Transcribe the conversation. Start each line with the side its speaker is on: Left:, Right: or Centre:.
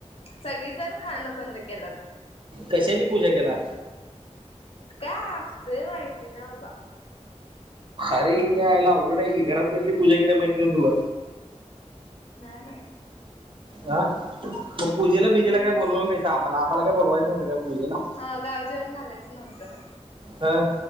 Left: सगळी जण खाणं बंद केलं
Right: कशाची पूजा केला
Left: काय असतंय माहिती ना
Right: अरे हिचा आयला अवघड आहे की घरात कसली पूजा केल्या माहित नाही तुला
Left: नाही माहित
Right: ह मग पूजेला
Left: नाही
Right: बीजेला काही बोलवलं नाही का आम्हाला आम्हाला काय बोलवायच नव्हत का पूजेला
Left: ह गाव जेवण घालायचं नव्हतं
Right: अं